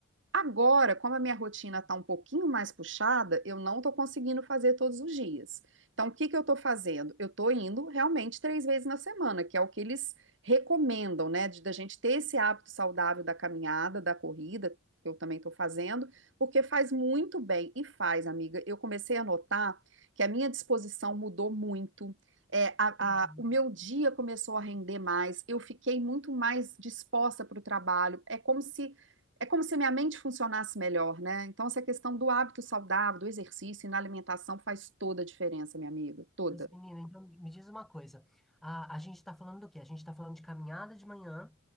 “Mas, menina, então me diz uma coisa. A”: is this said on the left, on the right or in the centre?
Centre